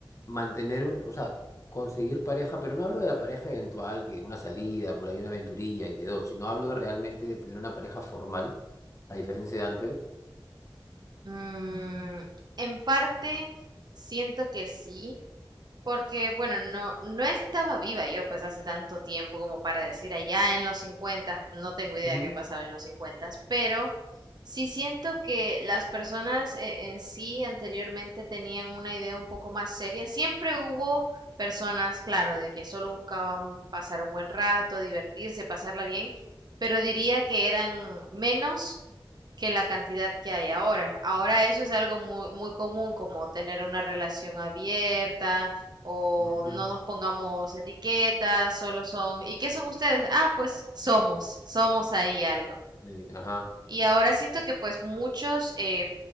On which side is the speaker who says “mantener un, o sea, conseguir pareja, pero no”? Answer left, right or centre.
Left